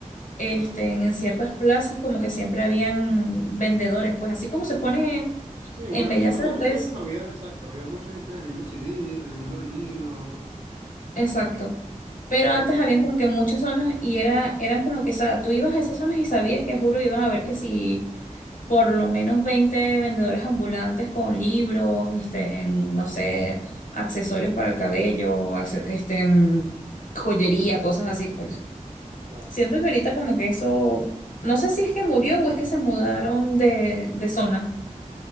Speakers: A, on the left; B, on the right.
A: este,
B: Claro, claro.
A: en ciertas plazas como que siempre habían vendedores, pues así como se pone
B: Sí, una
A: en Bellas
B: vez que nosotros
A: Artes,
B: fuimos había, exacto, había mucha gente vendiendo CDs, vendiendo vinilos,
A: exacto. Pero
B: pero
A: antes
B: como
A: habían
B: estamos-
A: como que muchas zonas y era, eran como que, o sea, tú ibas a esas zonas y sabías que, juro, iban a ver que si por lo menos 20 vendedores ambulantes con libros, este, no sé, accesorios para el cabello, acce- este, mm, joyería, cosas así, pues.
B: Claro,
A: Siento que ahorita como que eso, no sé si es que murió o es que se mudaron de, de zona.